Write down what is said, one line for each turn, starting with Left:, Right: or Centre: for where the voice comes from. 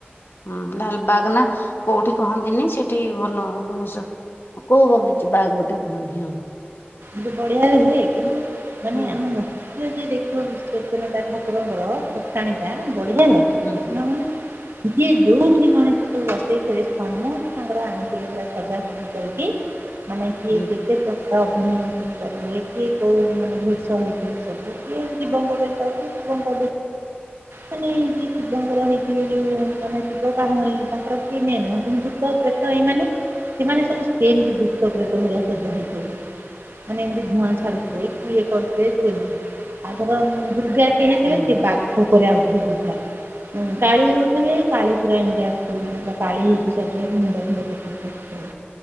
Left: ହୁଁ ଲାଲବାଗ ନା କୋଉଠି କହନ୍ତିନି ସେଠି ଭଲ ଗଣେଶ ଆଉ କୋଉ ବଗିଚ ବାଘ ଗୋଟେ କହନ୍ତିି ହଁ।
Right: ଏ ବଢିଆରେ ହୁଏ କିନ୍ତୁ ମାନେ
Left: ହୁଁ
Right: ଆମେ ଯ ଦେଖୁ ବିଶ୍ୱର୍ଜନତା ଠାକୁରଙ୍କର ଫଠାଣିଟା ବଢ଼ିଆ ଲାଗେଛି।
Left: ହୁଁ।
Right: <unintelligible> ଯିଏ ଯୋଉଠି ଗଣେଶକୁ ବସେଇଥିଲେ ସମସ୍ତେ ତାଙ୍କର ଆଠିବେ ପୁରା ସଜା। ମାନେ କିଏ
Left: ହୁଁ।
Right: କେତେ କ ଦିନ ସବୁ କରିଲେ କିଏ କେଉଁ ମାନେ ଭେଷ ହେଇଥିଲେ। ସବୁ କିଏ ଜୀବ ମଗାଇଥାରୁଛି। କମ୍ <unintelligible> ମାନେ ଯିଏ ଶିବଙ୍କର ହେଇଥିବେ ଯୋଉ ମାନେ ଶିବ କା ତାଙ୍କର ସଏ ମେନେଉୁ ଦୁ ପ୍ରେତ ଏଇମାନେ ସେମାନେ ସବୁ ସେମତି ଦୁଃଖ ପ୍ରେତ ଭଳିଆ ସବା ହେଇପାରିବ। ମାନେ ଏମିତି ଧୂଆଁ ଛାଡୁଥିବେ କି ଇଏ କରୁଥିବେ କୁଏନି ଆଉ ଧର ଦୁର୍ଗା ହେଇଥିବେ
Left: ହୁଁ
Right: ସେ ବାଘ ଉପରେ ଆଉ ବୁଥିଲା। କାୀ ହଉଥେ କାଳି ପୁରା ଏମିତି ଆସିଥିବ ମେ କାଳି ହେଇଛି ସବୁ ମୁଣ୍ଡ ଫଣ୍ଡକେଇ ଆ ହେଲେ